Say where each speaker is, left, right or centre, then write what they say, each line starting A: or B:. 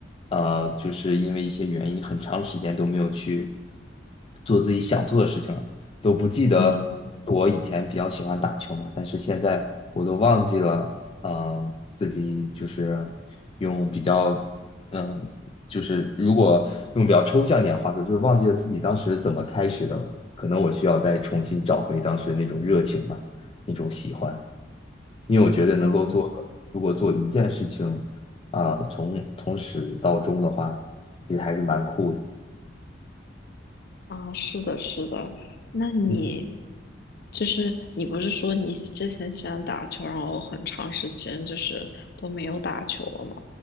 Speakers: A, on the left (about 30°); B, on the left (about 55°).
A: 呃，就是因为一些原因，很长时间都没有去做自己想做的事情了，都不记得我以前比较喜欢打球嘛，
B: 嗯，
A: 但是现在我都忘记了，嗯、自己就是用比较。嗯，就是如果用比较抽象一点的话说，就是忘记了自己当时怎么开始的了。可能我需要再重新找回当时那种热情吧，那种喜欢。因为我觉得能够做，
B: 哦，
A: 如果做一件事情啊，从从始到终的话，其实还是蛮酷的。
B: 啊，是的，是的。那你
A: 嗯
B: 就是你不是说你喜之前喜欢打球，然后很长时间就是都没有打球了吗？